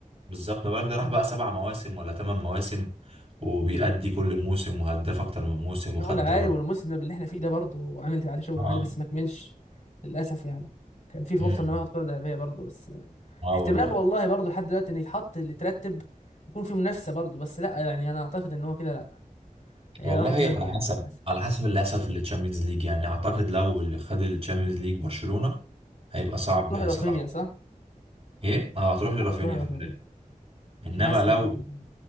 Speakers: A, on the right (about 45°); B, on the left (about 55°).
A: بالظبط ما بالك ده
B: م.
A: راح بقى سبع مواسم ولا ثمان مواسم وبيأدي كل موسم وهداف اكتر من موسم وخد
B: شغل عالي
A: دوري
B: والموسم اللي احنا فيه ده برضه عامل عليه شغل
A: اه
B: عالي بس ما كملش للاسف يعني كان في فرصه
A: امم
B: ان هو ياخد كره ذهبيه برضه بس
A: اه
B: احتمال
A: والله
B: والله برضه لحد دلوقتي ان يتحط اللي ترتب يكون في منافسه برضه بس لا يعني انا اعتقد ان هو كده لا هي
A: والله
B: راحت منه
A: على
B: يعني
A: حسب
B: للاسف
A: على حسب اللي هيحصل في التشامبيونز ليج يعني اعتقد لو اللي خد التشامبيونز ليج برشلونة هيبقى صعب
B: ممكن تروح لرافينيا
A: صراحة
B: صح
A: ايه اه هتروح لرافينيا
B: ممكن تروح لغاية
A: في الغالب
B: مني
A: انما
B: انا حاسس
A: لو
B: انها تروح لغاية مني